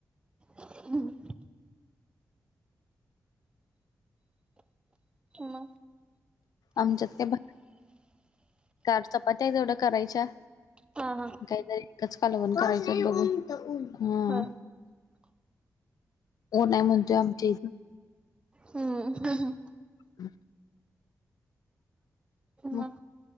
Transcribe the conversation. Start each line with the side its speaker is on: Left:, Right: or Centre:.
Right: हम्. मग
Left: आमच्यात काय भा कार्ड चपात्या तेवढं करायच्या.
Right: हा हा
Left: काहीतरी एकच कालवण करायचं बघून हा.
Right: होय
Left: ऊन हाय म्हणतोय आमच्या इथं.
Right: हम्म.
Left: हम्. हम्.
Right: मग